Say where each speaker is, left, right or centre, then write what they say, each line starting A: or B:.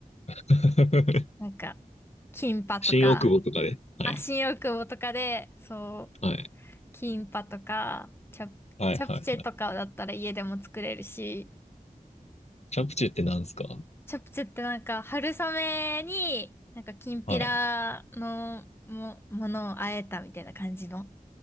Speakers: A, on the left; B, on the left.
A: <laughs>
B: なんか、キンパとか、
A: 新大久保とかで。はい。
B: あ、新大久保とかで、そ
A: はい。
B: う、キンパとか、チャプ、
A: はいはいはい。
B: チャプチェとかだったら家でも作れるし、
A: チャプチェって何ですか
B: チャプチェってなんか春雨に、なんかきんぴらのも、
A: はい。
B: ものをあえたみたいな感じの